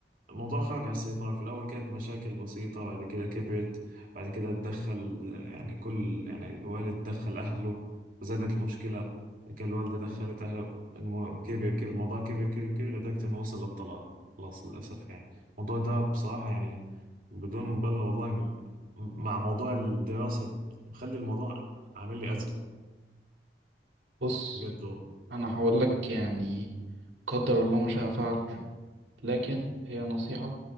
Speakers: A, on the right; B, on the right.
A: الموضوع خرج عن السيطرة في الأول كانت مشاكل بسيطة بعد كده كبرت بعد كده اتدخل يعني كل يعني الوالد دخل أهله زادت المشكلة بعد كده الوالدة دخلت أهله الم... كبر كبر الموضوع كبر كبر كبر لدرجة إنه وصل للطلاق خلاص للأسف يعني الموضوع ده بصراحة يعني بدون مبالغة والله م... مع موضوع الدراسة مخلي الموضوع عامل لي أزمة
B: بص
A: بجد والله
B: انا هقولك يعني قدر الله ما شاء فعل لكن هي نصيحة